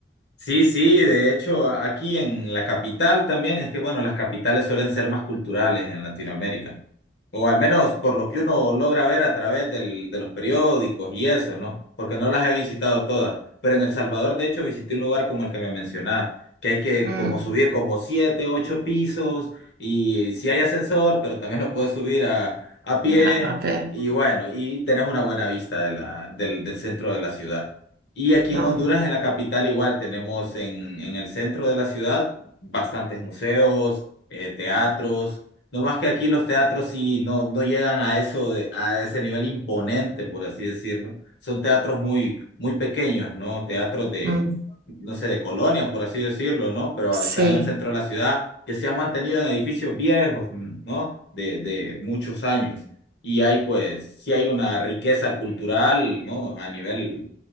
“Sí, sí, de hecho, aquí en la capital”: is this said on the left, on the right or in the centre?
Left